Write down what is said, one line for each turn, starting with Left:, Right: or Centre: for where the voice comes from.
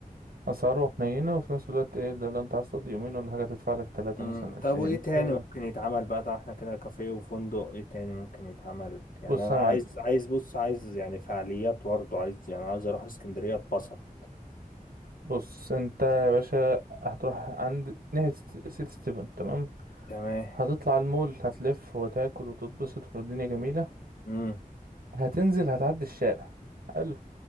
Right: اسعاره حنينه وفي نفس الوقت ايه ده لو انت عايز تقضي يومين ولا حاجه تدفع لك تلاتة
Left: امم
Right: مثلا الفين
Left: طب وايه تاني
Right: حلو.
Left: ممكن يتعمل بقى ده احنا كده كافيه وفندق ايه تاني ممكن يتعمل يعني
Right: بص
Left: انا
Right: يا
Left: عايز
Right: معلم
Left: عايز بص عايز يعني فعاليات برضه عايز يعني عايز اروح اسكندرية اتبسط
Right: بص انت يا باشا هتروح عند ناحيه ست- سيتي ستيفن تمام
Left: تمام
Right: هتطلع على المول هتلف وتاكل وتتبسط والدنيا جميله
Left: امم
Right: هتنزل هتعدي الشارع حلو